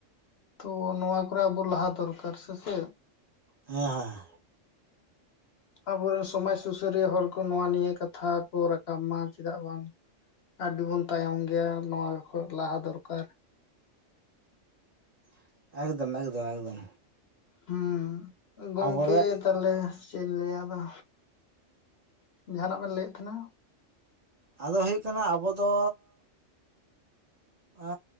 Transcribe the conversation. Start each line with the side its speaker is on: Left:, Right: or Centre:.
Left: ᱛᱚ ᱱᱚᱣᱟ ᱠᱚᱨᱮ ᱟᱵᱚ ᱞᱟᱦᱟ ᱫᱚᱨᱠᱟᱨ ᱥᱮ, ᱥᱮ ᱪᱮᱫ᱾
Right: ᱦᱮᱸ ᱦᱮᱸ
Left: ᱟᱵᱚᱨᱮᱱ ᱥᱚᱢᱟᱡᱽ ᱥᱩᱥᱟᱹᱨᱤᱭᱟᱹ ᱦᱚᱲ ᱠᱚ ᱱᱚᱣᱟ ᱱᱤᱭᱟᱹ ᱠᱟᱛᱷᱟ ᱠᱚ ᱨᱟᱠᱟᱵ ᱢᱟ ᱪᱮᱫᱟᱜ ᱵᱟᱝ ᱟᱹᱰᱤᱵᱚᱱ ᱛᱟᱭᱚᱢ ᱜᱮᱭᱟ ᱱᱚᱣᱟ ᱠᱷᱚᱡ ᱞᱟᱦᱟ ᱫᱚᱨᱠᱟᱨ᱾
Right: <inaudible> ᱮᱠᱫᱚᱢ ᱮᱠᱫᱚᱢ ᱮᱠᱫᱚᱢ
Left: ᱦᱩᱸ ᱜᱚᱝᱠᱮ
Right: ᱟᱵᱚᱨᱮ
Left: ᱛᱟᱦᱚᱞᱮ ᱪᱮᱫ ᱤᱧ ᱞᱟᱹᱭᱟ ᱟᱫᱚ, ᱡᱟᱦᱟᱱᱟᱜ ᱵᱮᱱ ᱞᱟᱹᱭᱮᱫ ᱛᱟᱦᱮᱱᱟ?
Right: ᱟᱫᱚ ᱦᱩᱭᱩᱜ ᱠᱟᱱᱟ ᱟᱵᱚ ᱫᱚ ᱟ